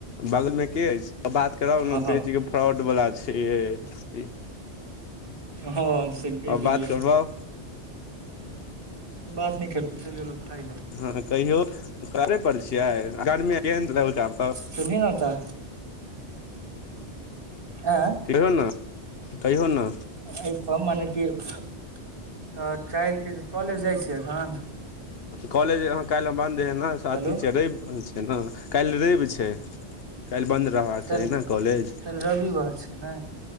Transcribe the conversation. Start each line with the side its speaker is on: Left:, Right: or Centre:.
Left: बगल मे के अछि बात कराऊ
Right: हँ
Left: न कहै छियै की। फ्रॉड बला छै यै
Right: हँ हँ से कहि देलियै।
Left: बात करबाउ
Right: बात नय करतौ चलि गेलौ। खाय लए
Left: हँ कहियौ घरे पर छियै <unintelligible>
Right: सुनहि न तऽ आँय
Left: कहियो न कहियो न
Right: एहिपर माने कि तऽ काल्हिके जे छै कॉलेज जाइ छियै अखन <unintelligible>
Left: कॉलेज अहाँ काल्हि बन्द हए ने से
Right: हेलो
Left: अधि छै रवि छै ने काल्हि रवि छै। काल्हि बन्द रहबाक चाही
Right: काल्हि
Left: न कॉलेज।
Right: काल्हि रविवार छै ने